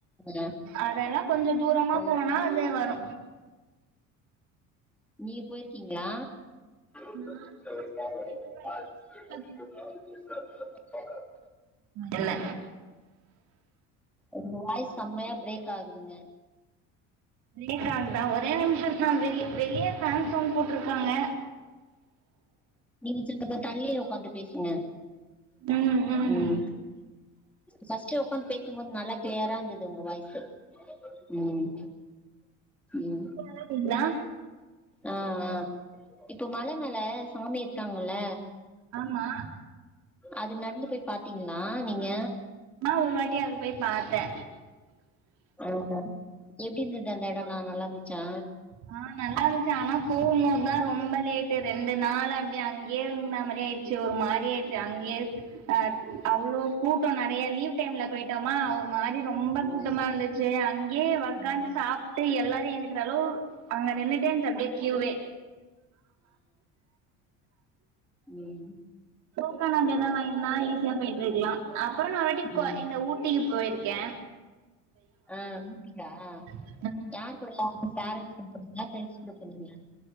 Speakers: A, in the centre; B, on the right.
A: ஆ
B: அதெல்லா கொஞ்ச தூரமா
A: ஓ
B: போனா அதே வரூ
A: நீங்க போயிருக்கீங்களா <inaudible>
B: நா ஃப்ரெண்ட்ஸ் கூட சேர்ந்து ஒரு டீ ஸ்கூல்ல இல்ல
A: உங்க வாய்ஸ் செம்மையா பிரேக் ஆகுதுங்க
B: பிரேக் ஆகுதா ஒரே நிமிஷோக்கா வெள் வெளிய ஃபேன் சவுன்ட் போட்ருக்காங்க
A: நீங்க சத்த ப தள்ளி ஒக்காந்து பேசுங்க
B: ம் ம்
A: உம் ஃபஸ்ட்டே ஒக்காந்து பேஸ் சும்போது நல்லா கிளியரா இருந்தது உங்க வாய்சு உம் உம்
B: இப்ப நல்லா கேக்குதா
A: ஆ ஆ இப்போ மல மேல சாமி இருக்காங்கல
B: ஆமா
A: அது நடந்து போய் பாத்தீங்ளா நீங்க
B: நா ஒரு வாட்டி அது போய் பாத்தே
A: ஆஹா எப்டிருந்தது அந்த எடோல்லா நல்லாருந்துச்சா
B: ஆ நல்லாருக்கு ஆனா போகும்போதுதா ரொம்ப லேட்டு ரெண்டு நாள் அப்டி அங்கயே இருந்த மாரி ஆய் சி ஒரு மாரி ஆயிருச்சி அங்கயே அ அவ்ளோ கூட்டோ நெறையா லீவ் டைம்ல போயிட்டோமா ஒ மாரி ரொம்ப
A: ம்
B: கூட்டமா இருந்துச்சி அங்கயே ஒக்காந்து
A: ம்
B: சாப்ட்டு எல்லாரு எந்திக்கிற அளவு அங்க நின்னுட்டேருந்துச்சி அப்டியே கியூவே
A: உம்
B: டோக்கன் அங்க எதா வாங்கிருந்தா ஈஸியா போயிட்ருக்லா அப்பறோ நா வாட்டிக் கொ
A: ம்
B: இந்த ஊட்டிக்கி போயிருக்கே
A: ஆ ஊட்டிக்கா
B: <unintelligible>
A: யார் கூடலா ஒங்க ஃபேரண்ஸ் கூட போனீங்லா ஃப்ரெண்ட்ஸ் கூட போனீங்லா